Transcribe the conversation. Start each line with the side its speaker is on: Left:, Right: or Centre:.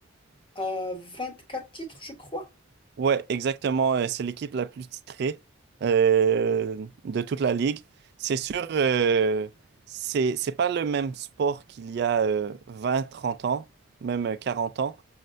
Left: à quatre titres, je crois.
Right: Ouais, exactement. euh, C'est l'équipe la plus titrée euh, de toute la ligue. C'est sûr, euh, c'est, c'est pas le même sport qu'il y a euh, 20, 30 ans, même euh, 40 ans.